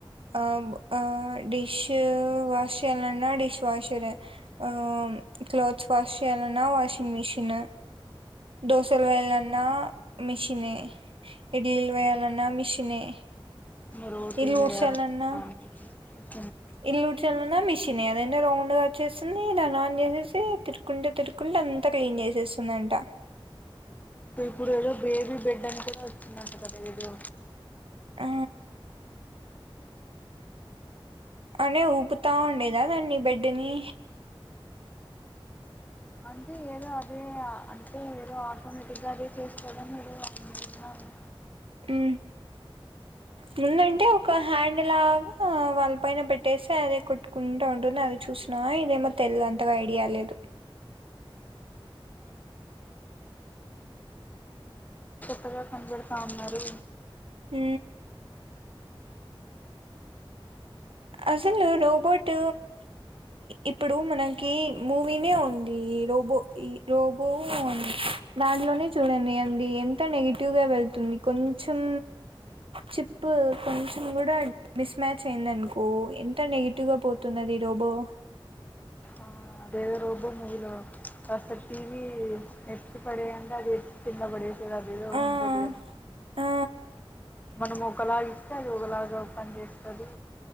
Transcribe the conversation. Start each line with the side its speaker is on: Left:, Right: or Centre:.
Right: ఆ ఆ డిష్ వాష్ చేయాలన్నా డిష్ వాషర్ ఆ క్లోత్స్ వాష్ చేయాలన్నా వాషింగ్ మిషిన్ దోసలు వేయాలన మిషనే ఇడిల్ వెయాలన్నా మిషినే
Left: రోటీలు
Right: ఇల్లు ఊడ్చాలన్నా
Left: వేలన <unintelligible>
Right: ఇల్లు ఉడచలన మిషనే అదే <unintelligible> రౌండ్గా వచ్చేస్తుంది దన్ని ఆన్ చేసేసి తిరుకుంటే తిరుకుంటే అంతా క్లీన్ చేసేస్తుంది అంట
Left: ఇప్పుడు ఏదో బేబీ బెడ్ అని కూడా వచ్చింది అంట కదా ఏదో
Right: ఆ అనే ఊపుతా ఉండేదా దాన్ని బెడ్డని
Left: అంటే ఏదో అదే అంటే ఏదో ఆటో ఇగాడ చేకోడం మీరు అనుున్నాను
Right: ఉ ముందంటే ఒక హ్యాండ్లాగా వాళ్ళ పైన పెట్టేసి అదే కొట్టుకుంటా ఉంటుంది అది చూసినా ఇదేమో తెలిదు అంతగా ఐడియా లేదు
Left: కడ తబన్నారు
Right: హ అసలు రోబోట్ ఇప్పుడు మనకి మూవీనే ఉంది రోబో ఈ రోబోంది దాంట్లోనే చూడండి అది ఎంత నెగిటివ్గా వెళ్తుంది కొంచెం చిప్ కొంచెం కూడా మిస్ మ్యాచ్ అయిందనుకో ఎంత నెగిటివ్ గా పోతున్నది రోబో
Left: ఆ అదేదో రోబో మూవీలో అసలు టీవీ ఎత్చ్చ పడేయం అది ఎ కింద పడే తదిద వది
Right: ఆ ఆ
Left: మనం ఒకలాగ ఇస్తే అది ఒకలాగాఓ పని చేస్తుంది